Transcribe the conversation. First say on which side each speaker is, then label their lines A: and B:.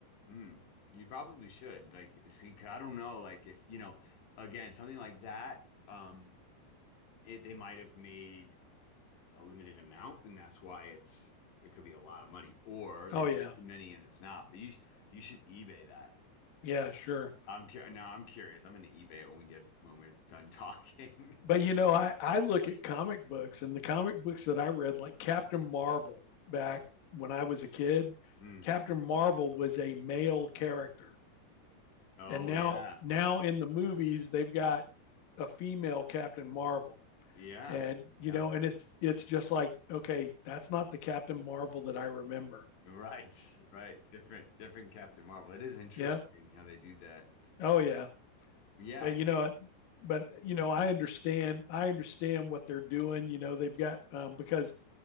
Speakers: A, on the left; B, on the left.
A: Hmm. You probably should. Like, see, 'cause I don't know. Like, if you know, again, something like that. Um, it, they might have made a limited amount, and that's why it's it could be a lot of money, or they
B: Oh
A: make
B: yeah,
A: too many and it's not. But you sh- you should eBay that.
B: yeah, sure.
A: I'm cu- now I'm curious. I'm gonna eBay it when we get when we're done talking.
B: But
A: <laughs>
B: you know, I I look at comic books and the comic books that I read, like Captain Marvel back when I was a kid.
A: Hmm.
B: Captain Marvel was a male character,
A: Oh
B: and now
A: yeah,
B: now in the movies they've got a female Captain Marvel,
A: yeah,
B: and you
A: yeah.
B: know, and it's it's just like okay, that's not the Captain Marvel that I remember.
A: Right, right. Different, different Captain Marvel. It is interesting
B: Yeah,
A: how they do that.
B: oh yeah,
A: Yeah,
B: but you know,
A: I-
B: but you know, I understand I understand what they're doing. You know, they've got um, because